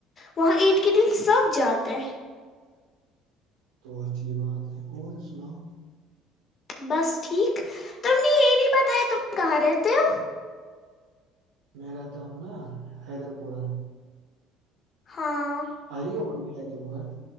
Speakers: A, on the left; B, on the right.
A: وہاں عید کے دن سب جاتے ہیں
B: تو اچھی بات ہے اور سناؤ
A: بس ٹھیک تم نے یہ نہیں بتایا تم کہاں رہتے ہو
B: میں رہتا ہوں نا حیدر پورہ
A: ہاں
B: آئی ہوک خے پڑا